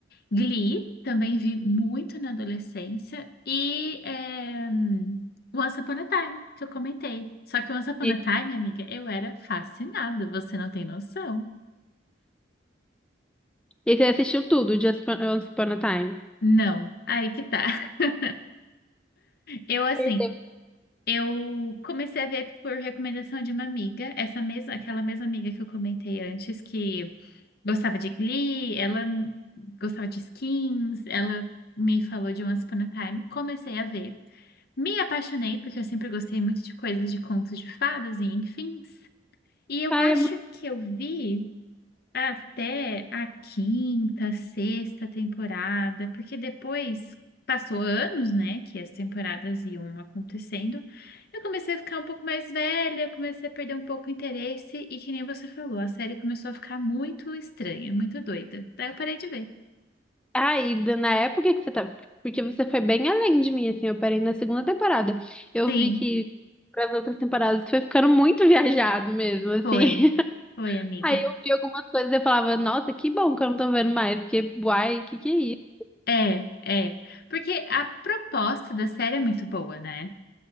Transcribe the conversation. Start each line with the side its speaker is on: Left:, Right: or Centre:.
Left: Glee, também vi muito na adolescência. E é, Once Upon a Time, que eu comentei. Só que Once Upon
Centre: <laughs>
Left: a Time, amiga, eu era fascinada, você não tem noção.
Centre: E você assistiu tudo, Just Upon Once Upon a Time.
Left: Não, aí que tá. <laughs> Eu, assim,
Centre: Perdeu.
Left: eu comecei a ver por recomendação de uma amiga, essa mesma, aquela mesma amiga que eu comentei antes, que gostava de Glee, ela gostava de Skins, ela me falou de Once Upon a Time, comecei a ver. Me apaixonei porque eu sempre gostei muito de coisas de contos de fadas e enfim. E eu
Centre: Ai,
Left: acho
Centre: é muito...
Left: que eu vi até a quinta, sexta temporada, porque depois passou anos, né, que as temporadas iam acontecendo. Eu comecei a ficar um pouco mais velha, comecei a perder um pouco o interesse e que nem você falou, a série começou a ficar muito estranha, muito doida. Daí eu parei de ver.
Centre: Ai, da- na época que você tava. Porque você foi bem além de mim, assim. Eu parei na segunda temporada. Eu
Left: Sim,
Centre: vi que para as outras temporadas foi ficando muito <laughs> viajado mesmo, assim.
Left: foi.
Centre: <laughs>
Left: Foi, amiga.
Centre: Aí eu vi algumas coisas e eu falava, nossa, que bom que eu não tô vendo mais. Porque, uai, que que é isso?
Left: É, é. Porque a proposta da série é muito boa, né?